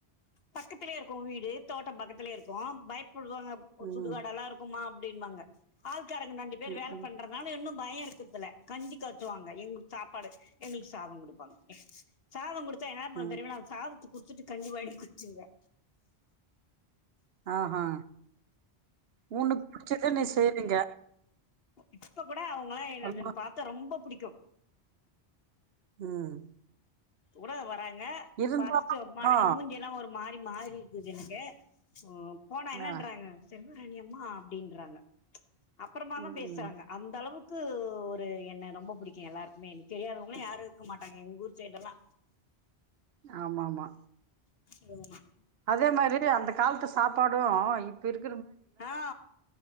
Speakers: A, on the left; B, on the right.
A: பக்கத்திலே இருக் க்கு வீடு தோட்டோ பக்கத்துலே இருக்கு பயப்புடுவாங்க அ
B: ம்
A: சுடுகாடெல்லா இருக்குமா அப்டின்பாங்க ஆள்காரங்க இந்த அஞ்சு பேரு
B: ம்
A: வேல
B: ம்
A: பண்றதுனாலு இன்னும் பய இருக்குறதுல்ல கஞ்சி காச்சுவாங்க இவ்ங்களுக்கு சாப்பாடு எங்களுக்கு சாத குடுப்பாங்க சாத குடுத் தா என்னாப் பண்ணுவ
B: ம்
A: தெரியுங்களா சாதத்த குடுத்துட்டு கஞ்சி வாங்கி குடுச்சிருவே
B: ஆஹா ஊன்னுக்குப் புடிச்சத நீ செய்றீங்க
A: இப்ப கூட அவங்கலா என்ன
B: ஆமா
A: வந்து என்ன பாத்தா ரொம்ப புடிக்கு
B: ம்
A: ஊட வராங்க
B: இருந்தாலு
A: பாத்துட்டு ஒரு <unintelligible>
B: ஆ
A: எ மூஞ்சியெல்லா ஒரு மாறி மாறி இருக்குது எனக்கு ம் போனா என்னன்றாங்க
B: ஆ
A: சென் னியம்மா அப்டின்றாங்க அப்பறமா தா
B: ம்
A: பேசுறாங்க
B: ம்
A: அந்த அளவுக் கு ஒரு என்ன ரொம்ப புடிக்கு எல்லாருக்குமே எனக்கு தெரியாதவ்ங்களு யாரு இருக்க மாட்டாங்க எங் ஊர் சைடெல்லா
B: ஆமாம்மா
A: <unintelligible>
B: அதே மாரி அந்த கால்த்து சாப்பாடு இப்ப இருக்
A: ஆ